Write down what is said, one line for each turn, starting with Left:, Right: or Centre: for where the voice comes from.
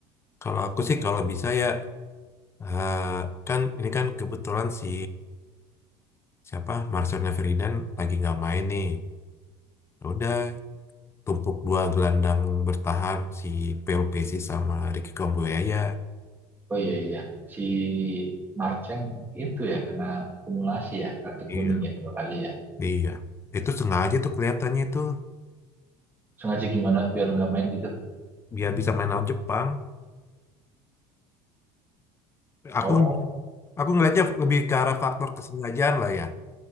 Left: kalau aku sih kalau bisa ya Eh, kan ini kan kebetulan si siapa Marcelnya Ferdinand lagi nggak main nih. Ya Udah tumpuk dua gelandang bertahan si PLPC sama Ricky Kambuaya.
Right: Oh iya iya, si Marceng itu ya kena akumulasi ya kartu
Left: Iya,
Right: kuning ya dua kali ya.
Left: iya. Itu sengaja tuh kelihatannya itu
Right: Sengaja gimana biar nggak main gitu?
Left: biar bisa main lawan Jepang. Aku
Right: Oh
Left: aku ngelihatnya lebih ke arah faktor kesengajaan lah ya.